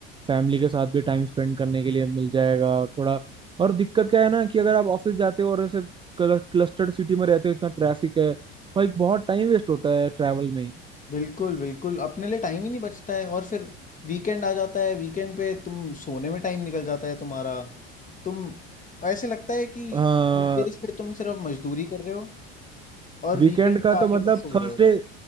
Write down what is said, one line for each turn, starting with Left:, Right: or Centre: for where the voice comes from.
Right: फैमिली के साथ भी टाइम स्पेंड करने के लिए मिल जाएगा और थोड़ा और दिक्कत क्या है ना कि अगर आप ऑफिस जाते हो और ऐसे क्लस्टर्ड सिटी में रहते हो इतना ट्रैफिक है भाई बहुत टाइम वेस्ट होता है ट्रैवल में ही।
Left: बिल्कुल, बिल्कुल, अपने लिए टाइम ही नहीं बचता है और फिर वीकेंड आ जाता है, वीकेंड पे तुम सोने में टाइम निकल जाता है तुम्हारा। तुम ऐसे लगता है कि
Right: हाँ
Left: वीकडेज़ पे तुम सिर्फ मज़दूरी कर रहे हो और
Right: वीकेंड
Left: वीकेंड पे
Right: का तो
Left: आके
Right: मतलब
Left: बस सो
Right: थर्सडे
Left: रहे हो।